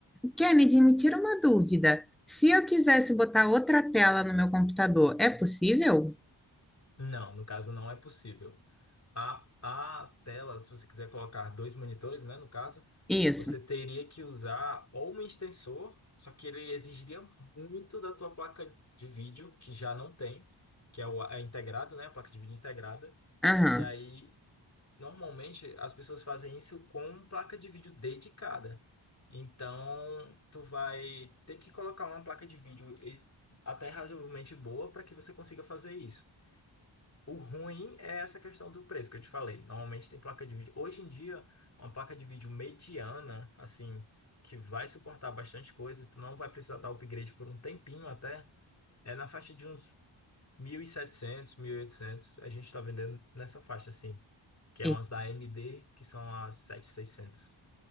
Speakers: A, in the centre; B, on the left.
A: Kennedy, me tira uma dúvida. Se eu quisesse botar outra tela no meu computador, é possível?
B: Não, no caso não é possível. A, a tela, se você quiser colocar dois monitores, né, no caso,
A: Isso.
B: você teria que usar ou um extensor, só que ele exigiria muito da tua placa de vídeo, que já não tem, que é, o, é integrado, né, a placa de vídeo integrada.
A: Aham.
B: E aí, normalmente, as pessoas fazem isso com placa de vídeo dedicada. Então, tu vai ter que colocar uma placa de vídeo e- até razoavelmente boa para que você consiga fazer isso. O ruim é essa questão do preço que eu te falei. Normalmente tem placa de vídeo. Hoje em dia, uma placa de vídeo mediana, assim, que vai suportar bastante coisa, tu não vai precisar dar upgrade por um tempinho até, é na faixa de uns mil mil e setecentos mil e oitocentos A gente tá vendendo nessa faixa, assim, que é
A: E,
B: umas da AMD, que são as sete mil e seiscentos